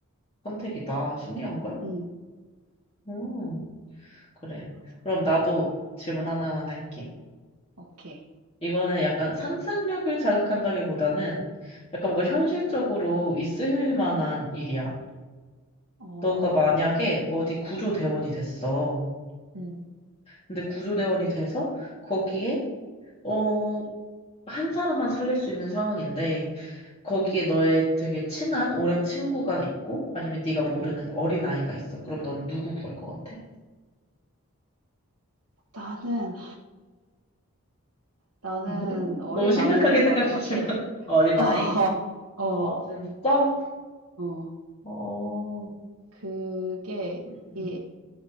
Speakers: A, on the left; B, on the right.
A: 선택이다. 신기한걸?
B: 음
A: 음, 그래.
B: 맞아.
A: 그럼 나도 질문 하나만 할게.
B: 오케이.
A: 이거는 약간 상상력을 자극한다기보다는 약간
B: 어.
A: 뭔가 현실적으로 있을 만한 일이야.
B: 어.
A: 너가 만약에 어디 구조대원이 됐어.
B: 음.
A: 근데 구조대원이 돼서 거기에, 어, 한 사람만 살릴 수 있는 상황인데, 거기에
B: 음.
A: 너의 되게 친한 오랜 친구가 있고 아니면 네가 모르는
B: 음.
A: 어린아이가 있어. 그럼 넌 누구 구할 것 같아?
B: 나는 나는
A: <laughs>
B: 어린아이를
A: 너무 심각하게
B: 구할
A: 생각하지만
B: 것 같아.
A: <laughs> 어린아이?
B: <laughs> 어. 어.
A: 아 진짜?
B: 어.
A: 어...
B: 그게
A: 음,
B: 이